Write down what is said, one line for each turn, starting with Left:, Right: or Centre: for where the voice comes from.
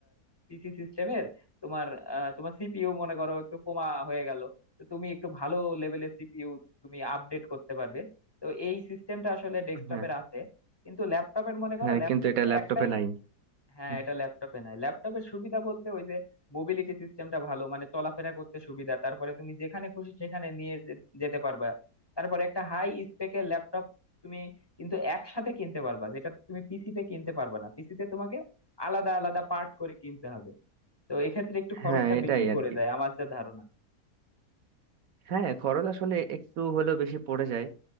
Left: পিসি সিস্টেমের তোমার আহ, তোমার সিপিইউ মনে করো একটু কমা হয়ে গেল তো তুমি একটু ভালো লেভেলের সিপিইউ তুমি আপডেট করতে পারবে তো এই সিস্টেমটা আসলে ডেস্কটপের
Right: হ্যাঁ
Left: আছে কিন্তু ল্যাপটপের মনে করো
Right: হ্যাঁ
Left: ল্যাপটপের
Right: কিন্তু এটা ল্যাপটপে
Left: একটাই
Right: নাই
Left: হ্যাঁ
Right: হুম,
Left: এটা ল্যাপটপে নাই ল্যাপটপের সুবিধা বলতে ওই যে মোবিলিটি সিস্টেমটা ভালো মানে চলাফেরা করতে সুবিধা তারপরে তুমি যেখানে খুশি সেখানে নিয়ে যে- যেতে পারবা তারপরে একটা হাই স্পেকের ল্যাপটপ তুমি কিন্তু একসাথে কিনতে পারবা যেটা তুমি পিসিতে কিনতে পারবা না পিসিতে তোমাকে আলাদা আলাদা পার্ট করে কিনতে হবে তো এক্ষেত্রে একটু খরচটা
Right: হ্যাঁ এটাই
Left: বেশি
Right: আর
Left: পড়ে
Right: কি
Left: যায় আমার যা ধারণা
Right: হ্যাঁ খরচ আসলে একটু হলেও বেশি পড়ে যায়